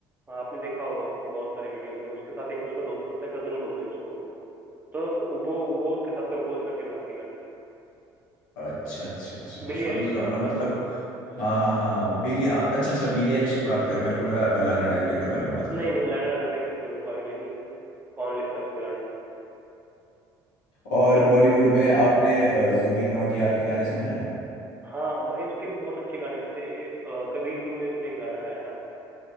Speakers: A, on the right; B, on the left.
A: हाँ, आपने देखा होगा उसको बहुत सारी वीडियोस में उसके साथ एक उसका दोस्त होता है कजन बोलती है उसको तो वो वो उसके साथ कंपोज करके बनाती है गाने
B: अच्छा अच्छा अच्छा
A: बिली
B: समझ
A: एलिश
B: रहा
A: की बात
B: हूँ मैं मतलब
A: कर रहा हूँ मैं
B: हाँ हाँ हाँ हाँ, बिली अच्छा अच्छा बिली आइलिश की बात करो मेरे को लगा लाना
A: हम्म
B: डेल रे के बारे में बात कर
A: नहीं
B: रहे
A: नहीं
B: हो
A: लैना डेल रे का इतना मेरे को आइडिया नहीं है कौन लिखता है उसके गाने
B: और
A: पर
B: बॉलीवुड में आपने अ, जुबिन नौटियाल के गाने सुने हैं
A: हाँ भाई उसके भी बहुत अच्छे गाने होते थे ये अ, कबीर सिंह में उसने एक गाना गाया था